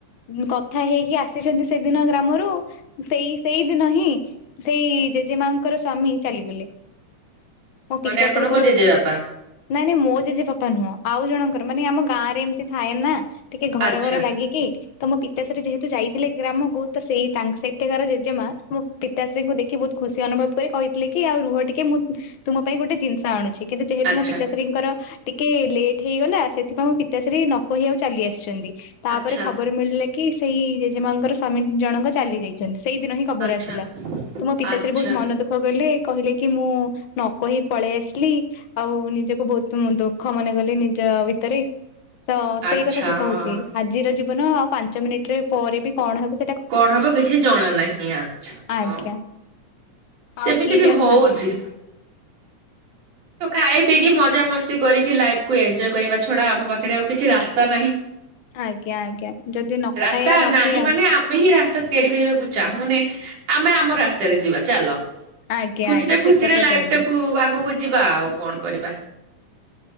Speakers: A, on the left; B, on the right.
A: କଥା ହେଇକି ଆସିଛନ୍ତି ସେଦିନ ଗ୍ରାମରୁ ସେଇ ସେଇଦିନ ହିଁ ସେଇ ଜେଜେମାଙ୍କର ସ୍ଵାମୀ ଚାଲିଗଲେ ମୋ
B: ମାନେ
A: ପିତାଶ୍ରୀ
B: ଆପଣଙ୍କ
A: କହୁ
B: ଜେଜେବାପା
A: ନାଇଁ ନାଇଁ ମୋ ଜେଜେବାପା ନୁହଁ ଆଉ ଜଣଙ୍କର ମାନେ ଆମ ଗାଁ ରେ ଏମତି ଥାଏ ନା ଟିକେ ଘର
B: ଆଚ୍ଛା
A: ଘର ଲାଗିକି ତ ମୋ ପିତାଶ୍ରୀ ଯେହେତୁ ଯାଇଥିଲେ ଗ୍ରାମକୁ ତ ସେଇ ସେଠକାରାର ଜେଜେମା ପିତାଶ୍ରୀଙ୍କୁ ଦେଖି ବହୁତ ଖୁସି ଅନୁଭବ କରି କହିଥିଲେ କି ଆଉ ରୁହ ଟିକେ ମୁଁ ତୁମ ପାଇଁ ଗୋଟେ ଜିନିଷ ଆଣୁଛି କିନ୍ତୁ ଯେହେତୁ
B: ଆଚ୍ଛା
A: ପିତା ଶ୍ରିଙ୍କର ଟିକେ ଲେଟ୍ ହେଇଗଲା ସେଥିପାଇଁ ମୋ ପିତାଶ୍ରୀ ନ କହି ଆଉ ଚାଲି ଆସିଛନ୍ତି ତାପରେ
B: ଆଚ୍ଛା
A: ଖବର ମିଳିଲା କି ସେଇ ଜେଜେମାଙ୍କର ସଵାମୀ ଜଣଙ୍କ ଚାଲି ଯାଇଛନ୍ତି ସେଇଦିନ ହିଁ। ଖବର
B: ଆଚ୍ଛା।
A: ଆସିଲା। ତ ମୋ ପିତାଶ୍ରୀ
B: ଆଚ୍ଛା ଆଚ୍ଛା।
A: ବହୁତ ମନ ଦୁଃଖ ଗଲେ କହିଲେ କି ମୁଁ ନ କହି ପଳେଇ ଆସିଲି ଆଉ ନିଜକୁ ବହୁତ ଦୁଃଖ ମନେ କଲି ନିଜ ଭିତରେ। ତ ସେଇ
B: ଆଚ୍ଛା
A: କଥା କହୁଛି ଆଜିର ଜୀବନ ଆଉ ପାଞ୍ଚ ମିନିଟରେ ପରେ ବି କଣ ହବ
B: କଣ ହବ କିଛି ଜଣା ନାହିଁ ଆଛା
A: ଆଜ୍ଞା
B: ହଁ ସେମିତି
A: ଆଉ କିଏ
B: ବି
A: ଜାଣିଲା?
B: ହଉଛି ତ ଖାଇ ପିଇକି ମଜା ମସ୍ତି କରିକି ଲାଇଫକୁୁ ଏନ୍ଜୟ କରିବା ଛଡା ଆମ ପାଖରେ ଆଉ କିଛି ରାସ୍ତା ନାହିଁ।
A: ଆଜ୍ଞା ଆଜ୍ଞା ଯଦି ନ
B: ରାସ୍ତା
A: ଖାଇବା ନ
B: ନାହିଁ
A: ପିଇବା
B: ମାନେ ଆମେ ହିଁ ରାସ୍ତା ତିଆରି କରିବାକୁ ଚାହୁଁନି ଆମେ ଆମ ରାସ୍ତାରେ ଯିବା ଚାଲ
A: ଆଜ୍ଞା
B: ଖୁସିରେ
A: ଆଜ୍ଞା
B: ଖୁସିରେ
A: ଠିକ କଥା
B: ଲାଇଫଟାକୁ
A: କହିଲେ
B: ଆଗକୁ ଯିବା ଆଉ କଣ କରିବା?